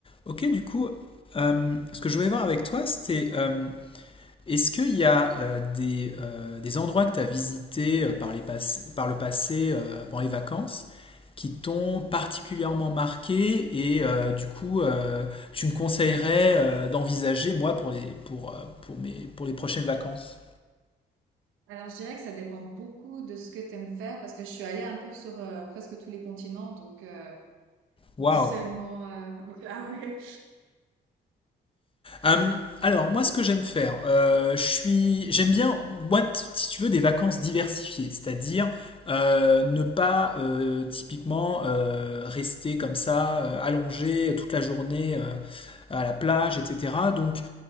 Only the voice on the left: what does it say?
Ok, du coup, euh, ce que je voulais voir avec toi, c'était euh, est-ce qu'il y a euh, des, euh, des endroits que tu as visités euh, par les pass- par le passé euh, pendant les vacances qui t'ont particulièrement marqué et euh, du coup euh, tu me conseillerais euh, d'envisager moi pour les, pour, euh, pour mes, pour les prochaines vacances?
Waouh!
Euh, alors, moi, ce que j'aime faire, euh, je suis, j'aime bien, moi, t- si tu veux, des vacances diversifiées, c'est-à-dire euh, ne pas euh, typiquement euh, rester comme ça, euh, allongé toute la journée euh, à la plage, etc. Donc,